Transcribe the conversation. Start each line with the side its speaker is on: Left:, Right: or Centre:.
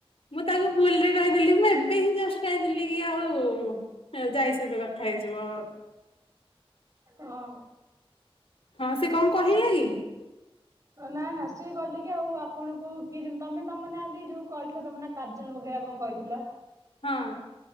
Left: ମୁଁ ତାକୁ ଭୁଲରେ କହିଦେଲିି ମୁଁ ଏବେ ହିଁ ଜଷ୍ଟ ଖାଇଦେଥିଲି କି ଆଉ ହେ ଯାଇ ସହିତ କଥା ହେଇଯିବ ଆଉ।
Right: ହଁ।
Left: ହଁ ସେ କଣ କହିଲା କି?
Right: ନା ନା ସିଏ କହିଥିଲେ କି ଆଉ ଆପଣଙ୍କୁ କିଏ ଜ ତମେ ତମ ନାଁ ବି ଯୋଉ କହିଥିଲେ ତମ ନାଁ କାଜଲ ବଗେରା କଣ କହିଥିଲ?
Left: ହଁ।